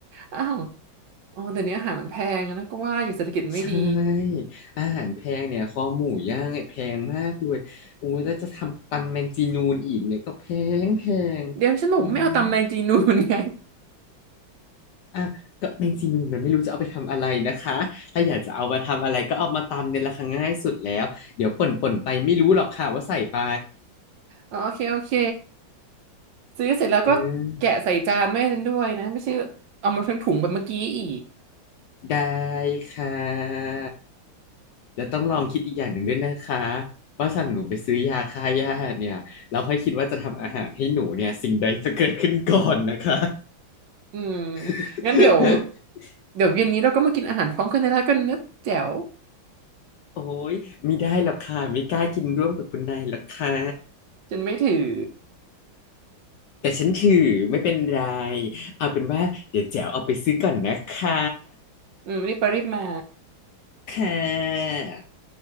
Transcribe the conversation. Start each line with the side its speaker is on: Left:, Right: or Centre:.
Right: อ้าวอ๋อเดี๋ยวนี้อาหารมันแพงอะนะก็ว่าอยู่เศรษฐกิจไม่ดี
Left: ใช่อาหารแพงเนี่ยคอหมูย่างเนี่ยแพงมากเลยอุ้ยแล้วจะทำตำแมงจีนูนอีกเนี่ยก็แพงแพง
Right: เดี๋ยวฉันบอกไม่เอาตำแมงจีนูนไง
Left: อืมอ่ะก็แมงจีนูนมันไม่รู้จะเอาไปทำอะไรนะคะถ้าอยากจะเอามาทำอะไรก็เอามาตำเนี่ยราคาง่ายสุดแล้วเดี๋ยวป่นป่นไปไม่รู้หรอกค่ะว่าใส่ไป
Right: อ๋อโอเคโอเคซื้อเสร็จแล้วก็แกะใส่จานแม่ฉันด้วยนะ
Left: เออ
Right: ไม่ใช่เอามาทั้งถุงแบบเมื่อกี้อีก
Left: ได้ค่ะแล้วต้องลองคิดอีกอย่างหนึ่งด้วยนะคะว่าสั่งหนูไปซื้อยาฆ่าหญ้าเนี่ยเราค่อยคิดว่าจะทำอาหารให้หนูเนี่ยสิ่งใดจะเกิดขึ้นก่อนนะคะ
Right: อืม
Left: <laughs>
Right: งั้นเดี๋ยวเดี๋ยวเย็นนี้เราก็มากินอาหารพร้อมกันได้แล้วกันนะแจ๋ว
Left: โอ้ยไม่ได้หรอกค่ะไม่กล้ากินร่วมกับคุณนายหรอกค่ะ
Right: ฉันไม่ถือ
Left: แต่ฉันถือไม่เป็นไรเอาเป็นว่าเดี๋ยวแจ๋วเอาไปซื้อก่อนนะคะ
Right: อืมรีบไปรีบมา
Left: ค่ะ